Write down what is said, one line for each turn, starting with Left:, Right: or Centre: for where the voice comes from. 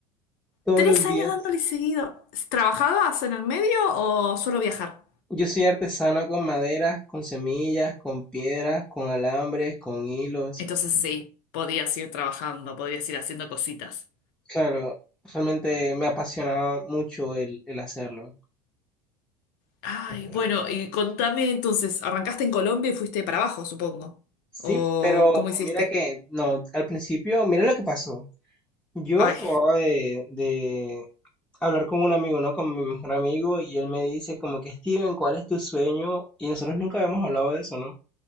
Centre: todos
Left: tres
Centre: los
Left: años
Centre: días.
Left: dándole seguido. ¿Trabajabas en el medio o solo viajar?
Centre: Yo soy artesano con maderas, con semillas, con piedras, con alambres, con hilos.
Left: Entonces sí, podías ir trabajando, podías ir haciendo cositas.
Centre: Claro, realmente me apasionaba mucho el, el hacerlo.
Left: Ay,
Centre: Extraño.
Left: bueno, y contame entonces, ¿arrancaste en Colombia y fuiste para abajo, supongo?
Centre: Sí,
Left: ¿O
Centre: pero
Left: cómo hiciste?
Centre: mira que, no, al principio, mira lo que pasó. Yo
Left: Ay,
Centre: acababa de, de hablar con un amigo, ¿no? Con mi mejor amigo, y él me dice como que, Steven, ¿cuál es tu sueño? Y nosotros nunca habíamos hablado de eso, ¿no?